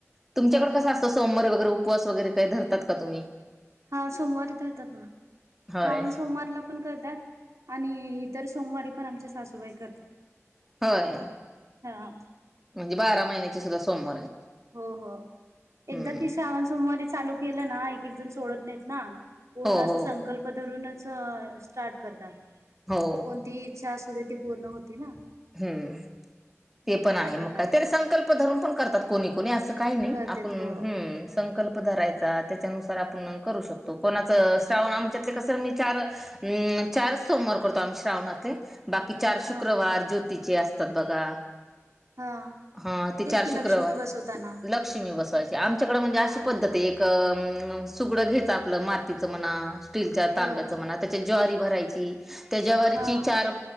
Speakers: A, in the centre; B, on the right.
A: तुमच्याकडे
B: हा
A: कसा
B: हा
A: असतो सोमवारी वगैरे उपवास वगैरे काही धरतात का तुम्ही?
B: हा सोमवारी इथ येतात ना
A: होय
B: श्रावण सोमवारला पण करतात आणि इतर सोमवारी पण आमचे सासूबाई करतात
A: होय
B: हा
A: म्हणजे बारा महिन्याचे सुद्धा सोमवार आहेत
B: हो हो
A: हम्म
B: एकदा की श्रावण सोमवारी चालू केलं ना एक एक जण सोडत नाहीत ना पूर्ण
A: हो हो
B: अस संकल्प धरूनच स्टार्ट करतात
A: हो
B: ती इच्छा असूदे ती पूर्ण होती ना.
A: हम्म
B: हा
A: ते पण आहे
B: त्या
A: मग
B: प्रकारे
A: काय त संकल्प धरून पण करतात कोणी कोणी असं आहे. काही नाही
B: करतेत
A: आपण
B: हो
A: ह्म संकल्प धरायचा त्याच्यानुसार आपण करू शकतो कोणाच असं श्रावण आमच्यातले कसं मी चार ह्म चार सोमवार करतो आम्ही श्रावणातले बाकी चार शुक्रवार
B: हा
A: ज्योतीचे असतात बघा
B: हा
A: हा ते
B: तेच
A: चार
B: की
A: शुक्रवार
B: लक्ष्मी बसवताना
A: लक्ष्मी बसवायचे आमच्याकडे म्हणजे अशी
B: हा
A: पद्धत एक सुगडं घ्यायच आपलं मातीच म्हणा स्टीलच्या तांब्याच
B: बर
A: म्हणा. त्या ज्वारी भरायची त्या ज्वारीची
B: हा
A: चार